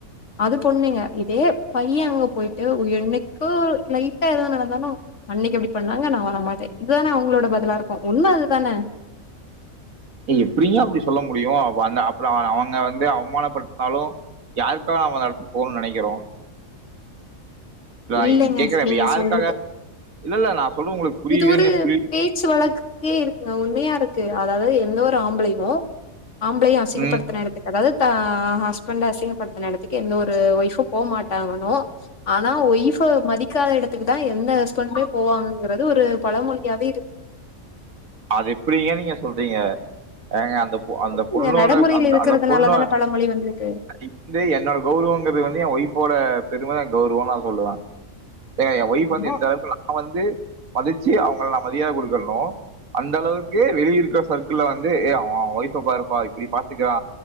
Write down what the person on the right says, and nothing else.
நீ எப்டியு அப்டி சொல்ல முடியு அ அந்த அப்புற அவங்க வந்து அவமானப்படுத்னாலு யாருக்காக நம்ம அந்த எடத்துக்கு போனும்னு நெனைக்கிறோ இல
கேக்கறே இப்ப
யாருக்காக
இல்ல இல்ல நா சொல்றது உங்களுக்கு புரியலன்னு
புரிய
ம்
அது எப்டிங்க நீங்க சொல்றீங்க ஏங்க அந்த அந்த பொண்ணோட
அந்த
அந்த பொண்ணு
இந்து என்னோட கௌரம்ங்கிறது வந்து எ ஒய்ஃபோட திரும்ப நா கௌரவ தா சொல்லுவ ஏ எ ஒய்ஃப்
வந்து எந்த அளவுக்கு நா வந்து மதிச்சி அவங்கல்லா மரியாத கொடுக்குறனோ அந்த அளவுக்கு வெளிய இருக்கிற சர்க்கிள வந்து ஏ அவ அவ ஒய்ஃப பாருப்பா இப்டி பாத்துக்கிறா